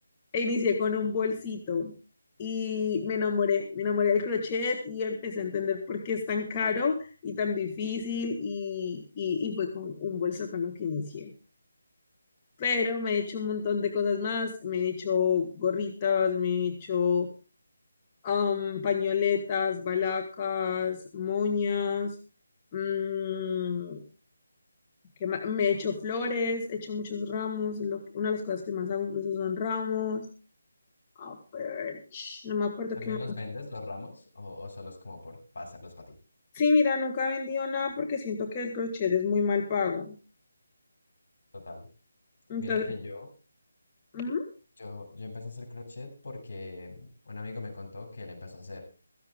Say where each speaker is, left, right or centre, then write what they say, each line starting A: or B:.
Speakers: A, on the left (about 25°); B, on the left (about 65°).
A: e inicié con un bolsito y me enamoré, me enamoré del crochet y empecé a entender por qué es tan caro y tan difícil y, y, y fue con un bolso con lo que inicié. Pero me he hecho un montón de cosas más, me he hecho gorritas, me he hecho am, pañoletas, balacas, moñas. mm, que ma- me echo flores, echo muchos ramos, lo que- una de las cosas que más hago incluso son ramos. Ah, pero, ch, no me acuerdo
B: ¿también
A: qué más.
B: los vendes, los ramos, o, o solo es como por para hacerlos para ti?
A: Sí, mira, nunca he vendido nada porque siento que el crochet es muy mal pago.
B: Total.
A: Entonces,
B: Mira que yo,
A: ujú,
B: yo, yo empecé a hacer crochet porque mm, un amigo me contó que él empezó a hacer.